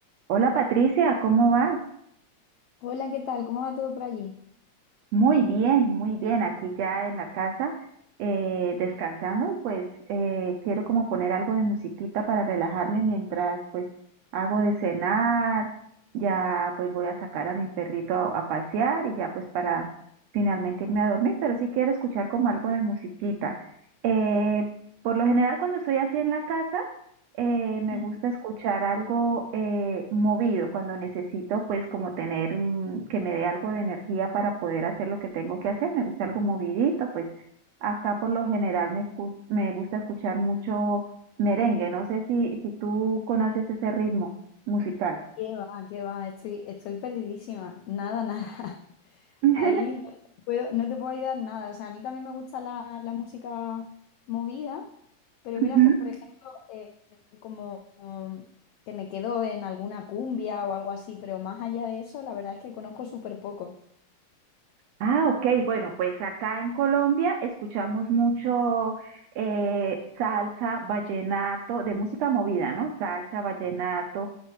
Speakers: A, on the right; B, on the left.
A: Hola Patricia, ¿cómo vas?
B: Hola, ¿qué tal? ¿Cómo va todo por allí?
A: Muy bien, muy bien, aquí ya en la casa, eh, descansando y pues eh, quiero como poner algo de musiquita para relajarme mientras pues hago de cenar, ya pues voy a sacar a mi perrito a pasear y ya pues para finalmente irme a dormir, pero sí quiero escuchar como algo de musiquita. Eh, por lo general cuando estoy así en la casa, eh, me
B: Mm.
A: gusta escuchar algo eh, movido cuando necesito, pues como tener mm, que me dé algo de energía para poder hacer lo que tengo que hacer. Me gusta algo movidito, pues acá por lo general me, escu- me gusta escuchar mucho merengue. No sé si, si tú conoces ese ritmo musical.
B: ¿Qué va? ¿Qué va? Estoy, estoy perdidísima. Nada, nada. <laughs>
A: <laughs>
B: Ahí no te puedo, no te puedo ayudar nada. O sea, a mí también me gusta la, la música movida, pero es
A: Ujú.
B: verdad que, por ejemplo, eh, como um, que me quedo en alguna cumbia o algo así, pero más allá de eso, la verdad es que conozco súper poco.
A: Ah, ok, bueno, pues acá en Colombia escuchamos mucho eh, salsa, vallenato, de música movida, ¿no? Salsa, vallenato,